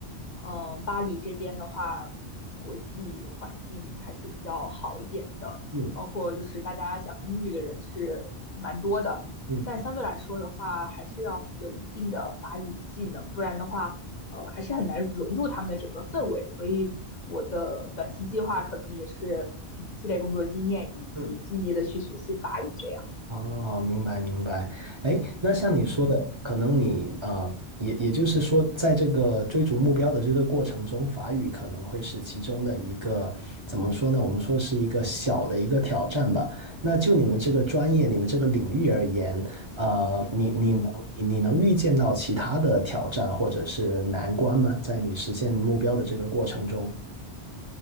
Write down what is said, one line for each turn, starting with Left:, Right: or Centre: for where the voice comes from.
Left: 嗯、巴黎这边的话，国际环境还是比较好一点的。
Right: 嗯
Left: 包括就是大家讲英语的人是蛮多的，
Right: 嗯
Left: 但相对来说的话，还是要有一定的法语技能，不然的话，呃，还是很难融入他们的整个氛围。所以我的短期计划可能也是，嗯，积累工作经验以及积极的去学习法语这样。
Right: 嗯。哦，明白明白。哎，那像你说的，
Left: 嗯
Right: 可能你啊、呃也也就是说，在这个追逐目标的这个过程中，法语可能会是其中的一个怎么说呢？我们说是一个小的一个挑战吧。那就你们这个专业、你们这个领域而言，呃，你你能你你能预见到其他的挑战或者是难关吗？
Left: 嗯
Right: 在你实现目标的这个过程中，